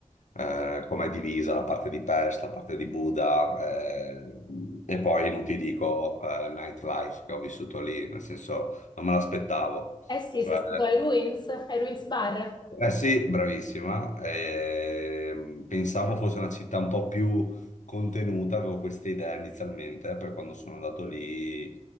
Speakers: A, on the left (about 80°); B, on the left (about 35°).
A: eh, come è divisa la parte di Pest, la parte di Buda eh, e poi non ti dico eh, nightlife che ho vissuto lì, nel senso non me l'aspettavo.
B: Eh sì,
A: Cioè,
B: sei stato ai Ruins, ai Ruins Bar.
A: eh sì, bravissima. Ehm, pensavo fosse una città un po' più contenuta, avevo questa idea inizialmente, eh, poi quando sono andato lì